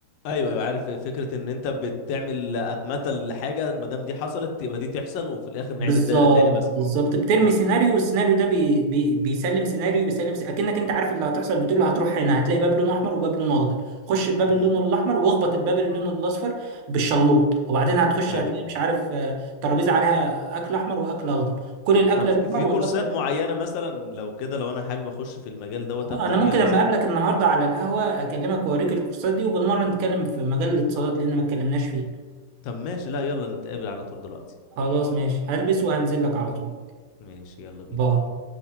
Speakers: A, on the left; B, on the right.
A: ايوه ايوه عارف فكره ان انت بتعمل اتمته لحاجه ما دام دي حصلت يبقى دي تحصل وفي الاخر نعيد
B: بالظبط
A: الدايره تاني مثلا
B: بالظبط بترمي
A: امم
B: سيناريو والسيناريو ده بي بي بيسلم سيناريو بيسلم سيناريو. اكنك انت عارف اللي هتحصل بتقول له هتروح هنا هتلاقي باب لونه احمر وباب لونه اخضر خش الباب
A: امم
B: اللي لونه الاحمر واخبط الباب اللي لونه الاصفر بالشلوط وبعدين هتخش
A: ايوه
B: هتلاقي مش عارف آه، ترابيزه عليها اكل احمر واكل اخضر كل الاكل
A: طب في
B: الاحمر
A: في
B: والاكل
A: كورسات معينه مثلا لو كده لو انا حابب اخش في المجال دوت
B: آه،
A: ابدا
B: انا
A: بيها
B: ممكن
A: مثلا
B: لما اقابلك النهارده على القهوه اكلمك واوريك الكورسات دي وبالمره نتكلم في مجال الاتصالات لان ما اتكلمناش فيه
A: طب ماشي لا يلا نتقابل على طول دلوقتي
B: خلاص ماشي هلبس وهنزل لك على طول
A: ماشي يلا بينا
B: باي